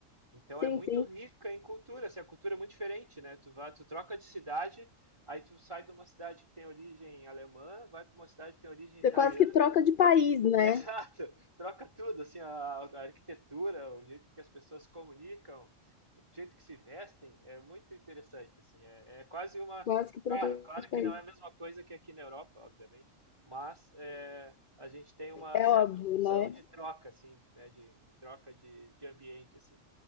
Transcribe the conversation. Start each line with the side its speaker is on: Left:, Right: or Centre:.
Right: Então
Left: Sim,
Right: é muito
Left: sim.
Right: rica em cultura, assim, a cultura é muito diferente, né? Tu vai, tu troca de cidade, aí tu sai de uma cidade que tem origem alemã, vai para uma cidade que tem origem
Left: Você
Right: italiana,
Left: quase que troca de país,
Right: <laughs>
Left: né?
Right: Exato, troca tudo, assim, a, a arquitetura, o jeito que as pessoas se comunicam, o jeito que se vestem, é muito interessante, assim, é, é quase uma,
Left: Quase que
Right: claro,
Left: troca
Right: claro
Left: de
Right: que
Left: país.
Right: não é a mesma coisa que aqui na Europa, obviamente, mas é, a gente tem uma
Left: É
Right: certa
Left: óbvio,
Right: noção
Left: né?
Right: de troca, assim, né, de, de troca de, de ambiente, assim,